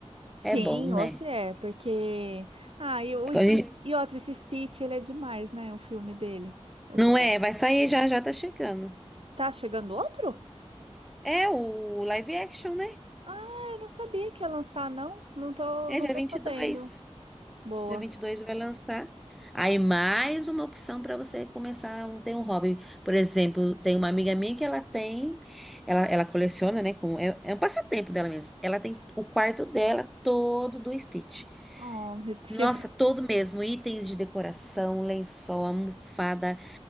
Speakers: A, on the right; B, in the centre.
A: Sim,
B: É bom,
A: você
B: né?
A: é, porque. Ah, e, o,
B: Então,
A: Sti-
B: A gente-
A: e outro, esse Stitch, ele é demais, né? O filme dele. Eu
B: Não
A: gosto.
B: é? Vai sair já, já tá chegando.
A: Tá chegando outro?
B: É o live action, né?
A: Ah, eu não sabia que ia lançar, não. Não tô,
B: É
A: não
B: dia
A: tô
B: 22.
A: sabendo. Boa.
B: Dia 22 vai lançar. Aí mais uma opção para você começar um, ter um hobby. Por exemplo, tem uma amiga minha que ela tem, ela, ela coleciona, né? Com, é, é um passatempo dela mesmo. Ela tem o quarto dela todo do Stitch.
A: Oh, <laughs> meu Deus.
B: Nossa, todo mesmo, itens de decoração, lençol, almofada.